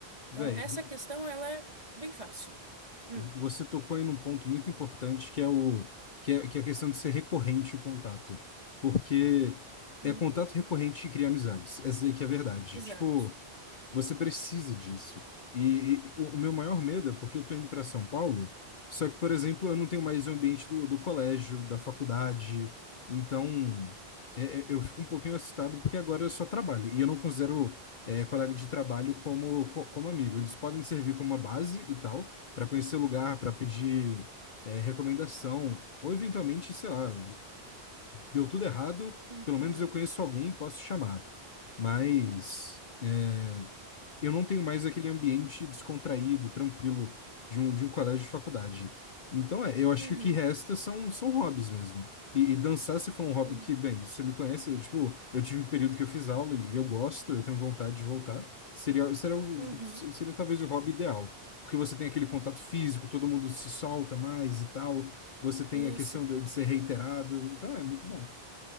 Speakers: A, on the right; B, on the left.
A: Então,
B: Véi,
A: essa
B: vo-
A: questão ela é bem fácil. Hum,
B: você tocou aí num ponto muito importante que é o que é, que é a questão de ser recorrente o contato, porque é
A: uhum,
B: contato recorrente que cria amizades. Essa aí que é a verdade.
A: exato.
B: Tipo, Você precisa disso. E, e o o meu maior medo é porque eu estou indo para São Paulo, só que, por exemplo, eu não tenho mais o ambiente do, do colégio, da faculdade. Então, é- é- eu fico um pouquinho assustado porque agora eu só trabalho. E eu não considero, é, colega de trabalho como, co- como amigo. Eles podem servir como uma base e tal, para conhecer lugar, para pedir, é, recomendação. Ou, eventualmente, sei lá, deu tudo errado,
A: Uhum,
B: pelo menos eu conheço alguém, posso chamar. Mas. é, eu não tenho mais aquele ambiente descontraído, tranquilo de um, de um colégio de faculdade. Então, é, eu acho
A: uhum,
B: que o que resta são, são hobbies mesmo. E, e dançar, se for um hobby
A: sim.
B: que, bem, você me conhece, eu, tipo, eu tive um período que eu fiz aula e eu gosto, eu tenho vontade de voltar. Seria, seria, o-
A: Uhum,
B: seria talvez o hobby ideal, porque você tem aquele contato físico, todo mundo se solta mais e tal, você tem
A: isso,
B: a questão de, de ser reiterado, então é muito bom.